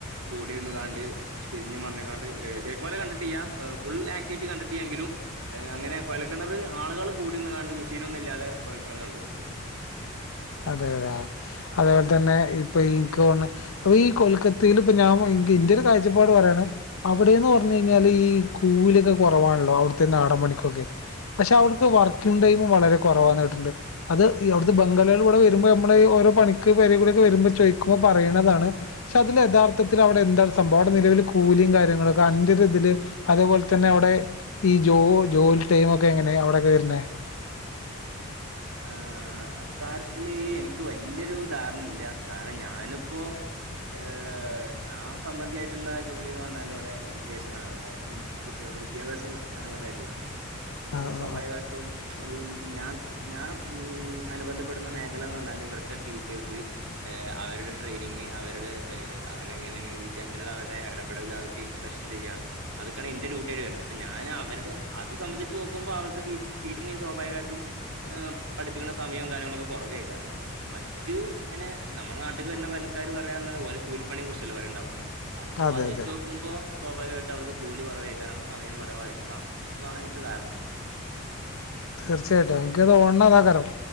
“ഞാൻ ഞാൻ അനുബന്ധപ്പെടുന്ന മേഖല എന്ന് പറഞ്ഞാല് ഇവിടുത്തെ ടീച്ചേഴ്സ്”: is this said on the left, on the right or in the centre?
Right